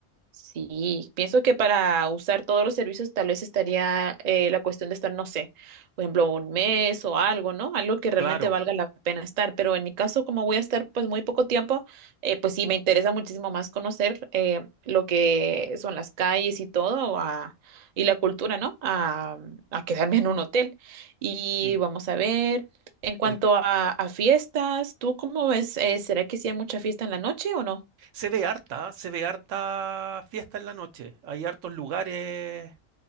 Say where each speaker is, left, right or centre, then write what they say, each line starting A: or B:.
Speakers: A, on the right (about 55°); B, on the right (about 75°).
A: Sí, pienso que para usar todos los servicios tal vez estaría eh, la cuestión de estar, no sé, por ejemplo, un mes o algo, ¿no? Algo que realmente
B: Claro,
A: valga la pena estar. Pero en mi caso, como voy a estar pues muy poco tiempo, eh, pues sí, me interesa muchísimo más conocer eh, lo que son las calles y todo a- y la cultura, ¿no? A, a quedarme en un hotel. Y
B: sí.
A: vamos a ver, en cuanto
B: El-
A: a, a fiestas, ¿tú cómo ves? Eh, ¿será que sí hay mucha fiesta en la noche o no?
B: se ve harta, se ve harta fiesta en la noche. Hay hartos lugares